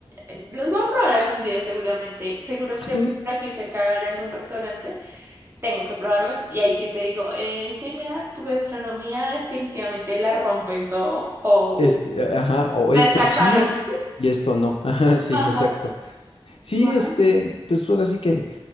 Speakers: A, on the right; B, on the left.
A: eh, los voy a probar algún día seguramente, seguro
B: Sí,
A: creo que por aquí cerca habrá algún restaurante, tengo que probarlos y ahí sí te digo, eh, sí, mira, tu gastronomía definitivamente la rompen todo o
B: Este, ajá, o esto
A: Les cacharon.
B: sí
A: <laughs>
B: y esto no. <laughs> Ajá, sí,
A: Ajá,
B: exacto. Sí,
A: va,
B: este, pues ahora sí que